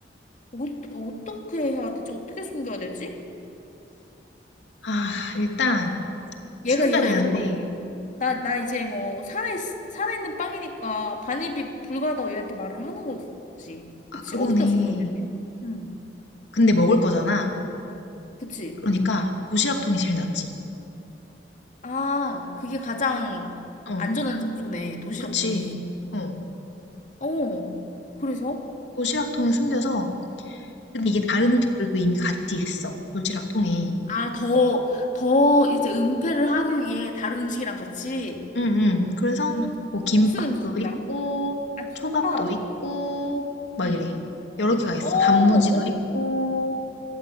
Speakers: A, on the left; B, on the left.
A: 어, 어떻게 해야 되지? 어떻게 숨겨야 되지?
B: 아, 일단 숨겨야
A: 얘가 얘가
B: 되는데,
A: 이러는 거지. 나, 나 이제 뭐 살아있, 살아있는 빵이니까 반입이 불가하다고 얘한테 말을 하는 거지.
B: 아,
A: 그치?
B: 그러네.
A: 어디다 숨겨야 되지? 응,
B: 근데 먹을 거잖아.
A: 그치?
B: 그러니까 도시락통이 제일 낫지.
A: 아, 그게 가장
B: 어,
A: 안전한 장소네. 도시락통이.
B: 그치. 어.
A: 어, 그래서?
B: 도시락통에 숨겨서 근데 이게 다른 음식들도 이미 같이 있어. 도시락통에.
A: 아, 더, 더 이제 은폐를 하기 위해 다른 음식이랑 같이?
B: 응응. 그래서
A: 음,
B: 뭐 김밥도
A: 무슨 음식이랑?
B: 있고
A: 아, 김밥.
B: 초밥도 있고 막
A: 응.
B: 이래. 여러 개가 있어.
A: 어, 어.
B: 단무지도 있고